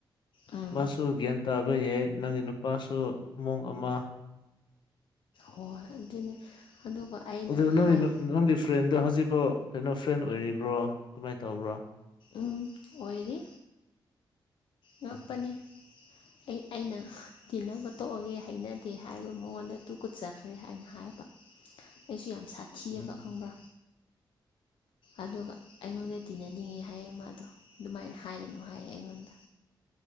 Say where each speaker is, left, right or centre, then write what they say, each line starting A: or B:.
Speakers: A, on the left; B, on the left.
A: ꯎꯝ
B: ꯃꯥꯁꯨ ꯒ꯭ꯌꯥꯟ ꯇꯥꯕ ꯌꯥꯏ ꯅꯪꯒꯤ ꯅꯨꯄꯥꯁꯨ ꯃꯑꯣꯣꯡ ꯑꯃ
A: ꯍꯣꯏ ꯍꯣꯏ ꯑꯗꯨꯅꯦ ꯑꯗꯨꯒ ꯑꯩꯅ
B: ꯑꯗꯨ ꯅꯪ
A: ꯍꯥꯏ
B: ꯅꯪꯒꯤ ꯐ꯭ꯔꯦꯟꯗ ꯍꯧꯖꯤꯛꯐꯥꯎ ꯀꯩꯅꯣ ꯐ꯭ꯔꯦꯟ ꯑꯣꯏꯔꯤꯕ꯭ꯔꯣ ꯀꯃꯥꯏꯅ ꯇꯧꯕ꯭ꯔꯣ
A: ꯎꯝ ꯑꯣꯏꯔꯤ ꯉꯥꯛꯄꯅꯤ
B: ꯎꯝ
A: ꯑꯩ ꯑꯩꯅ ꯇꯤꯟꯅꯕ ꯇꯣꯛꯑꯒꯦ ꯍꯩꯅꯗꯦ ꯍꯥꯏꯕ ꯃꯉꯣꯟꯗ ꯇꯨ ꯀꯨꯠꯆꯈ꯭ꯔꯦ ꯍꯥꯏꯅ ꯍꯥꯏꯕ ꯑꯩꯁꯨ ꯌꯥꯝ ꯁꯥꯊꯤꯌꯦꯕ
B: ꯎꯝ
A: ꯈꯪꯕ꯭ꯔ ꯑꯗꯨꯒ ꯑꯩꯉꯣꯟꯗ ꯇꯤꯟꯅꯅꯤꯡꯉꯦ ꯍꯥꯏꯌꯦ ꯃꯥꯗꯣ ꯑꯗꯨꯃꯥꯏꯅ ꯍꯥꯏꯒꯅꯨ ꯍꯥꯏꯌꯦ ꯑꯩꯉꯣꯟꯗ